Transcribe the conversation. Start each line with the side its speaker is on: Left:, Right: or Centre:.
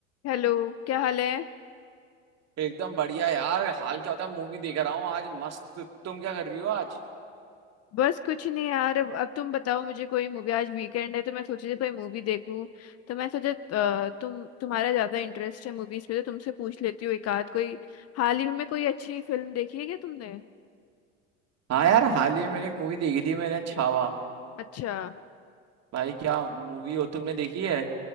Left: Hello क्या हाल है
Right: एकदम बढ़िया यार हाल क्या होता है मूवी देख रहा हूँ आज मस्त तुम क्या कर रही हो आज
Left: बस कुछ नहीं यार अब अब तुम बताओ मुझे कोई मूवी आज वीकेंड है तो मैं सोची थी कोई मूवी देखूं तो मैं सोचा अ, तुम तुम्हारा ज्यादा इंटरेस्ट है मूवीज पे तो तुमसे पूछ लेती हूँ एक आध कोई हाल ही में कोई अच्छी फिल्म देखी है क्या तुमने
Right: हाँ यार हाल ही में मैंने एक मूवी देखी थी मैंने छावा
Left: अच्छा
Right: भाई क्या मूवी हो तुमने देखी है